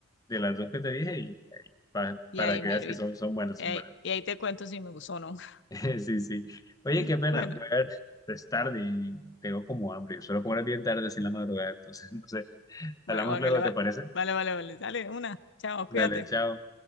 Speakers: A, on the left (about 15°); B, on the left (about 55°).
A: de las dos que te dije y, y pa-
B: y
A: para
B: ahí
A: que
B: miro,
A: veas que
B: y,
A: son, son buenas,
B: y
A: son
B: ahí
A: buenas.
B: y ahí te cuento si me gustó o no. <laughs>
A: <laughs> Sí, sí. Oye,
B: Sí,
A: qué pena.
B: Bueno,
A: Voy a ver, es tarde y tengo como hambre. Yo suelo comer bien tarde, así en la madrugada. Entonces, <laughs> no sé. Hablamos
B: bueno, vale,
A: luego,
B: vale,
A: ¿te parece?
B: vale, vale, vale, dale, una. Chao,
A: Dale,
B: cuídate.
A: chao.